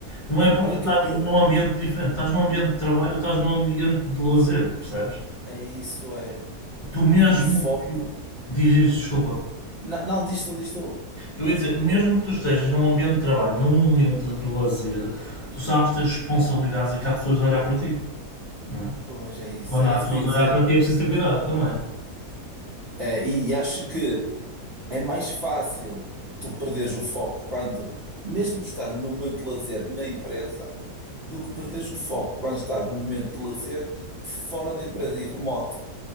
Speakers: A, on the left; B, on the right.
A: Não é porque
B: Olha
A: tu estás
B: que eu, eu...
A: num ambiente diferente, estás num ambiente de trabalho, estás num ambiente de lazer, percebes?
B: É isso, é.
A: Tu mesmo
B: E o foco...
A: que. Diz, diz, desculpa.
B: Não, não, diz tu, diz tu.
A: Eu ia dizer, mesmo que tu estejas num ambiente de trabalho, num momento de lazer, tu sabes ter responsabilidades e que há pessoas a olhar para ti, não é?
B: Pois, é isso.
A: E quando
B: Era
A: há
B: isso
A: pessoas
B: que eu ia
A: a
B: dizer.
A: olhar para ti é preciso ter cuidado também.
B: É, e, e acho que é mais fácil tu perderes o foco quando, mesmo estando no momento de lazer na empresa, do que perderes o foco quando estás num momento de lazer fora da empresa, em remoto,